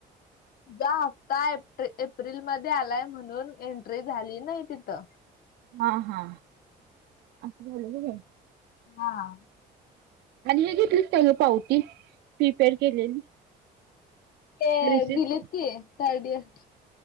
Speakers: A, on the left (about 60°); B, on the right (about 75°).
A: तुझा हप्ता एप्रि एप्रिल मध्ये आलाय म्हणून एंट्री झाली नाही तिथं.
B: हा हा अस झालंय व्हय
A: हा हा.
B: आणि हे घेतलंच त्याग पावती प्रिपेअर केलेली.
A: ते
B: रिसिप्ट
A: दिलेत की थर्ड इयर.